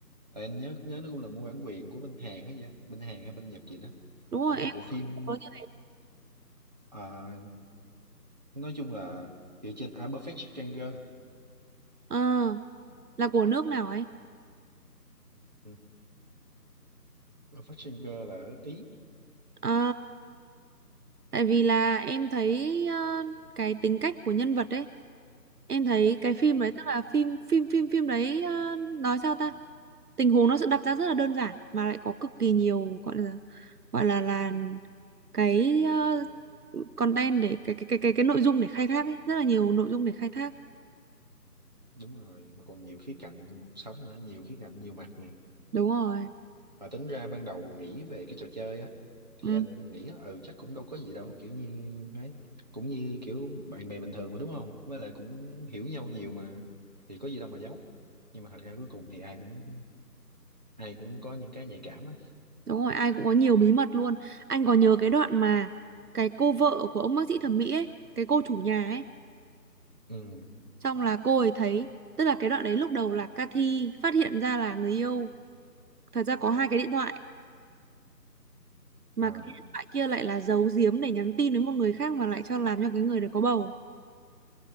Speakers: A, on the right (about 25°); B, on the right (about 65°).
A: tại anh nhớ nhớ nó cũng là mua bản quyền của bên Hàn hay gì á bên Hàn hay bên Nhật gì đó
B: đúng rồi
A: cũng
B: em
A: một bộ phim
B: cũng có như thế.
A: à, nói chung là dựa trên à, Perfect Stranger
B: ờ là của nước nào ấy
A: ừ. Perfect Stranger là ở Ý
B: ờ tại vì là em thấy ờ, cái tính cách của nhân vật ấy em thấy cái phim
A: Ừ,
B: đấy tức là phim phim phim phim đấy ờ, nói sao ta tình huống nó sẽ đặt ra rất là đơn giản mà lại có cực kỳ nhiều gọi là gọi là là cái ờ, content để cái cái cái cái cái nội dung để khai thác ấy rất là nhiều nội dung để khai thác
A: đúng rồi mà còn nhiều khía cạnh cuộc sống nữa nhiều khía cạnh nhiều mặt này
B: đúng rồi
A: mà tính ra ban đầu nghĩ về cái trò chơi á thì
B: ừ.
A: anh nghĩ á, ừ chắc cũng đâu có gì đâu kiểu như ấy cũng như kiểu bạn bè bình thường mà đúng không với lại cũng hiểu nhau nhiều mà thì có gì đâu mà giấu nhưng mà thật ra cuối cùng thì ai cũng ai cũng có những cái nhạy cảm á
B: đúng rồi ai cũng có nhiều bí mật luôn anh có nhớ cái đoạn mà cái cô vợ của ông bác sĩ thẩm mỹ ấy cái cô chủ nhà ấy
A: ừ
B: Xong là cô ấy thấy, tức là cái đoạn đấy lúc đầu là Cathy phát hiện ra là người yêu thật ra có hai cái điện thoại mà
A: à
B: cái điện thoại kia lại là giấu giếm để nhắn tin đến một người khác mà lại cho làm cho cái người đấy có bầu.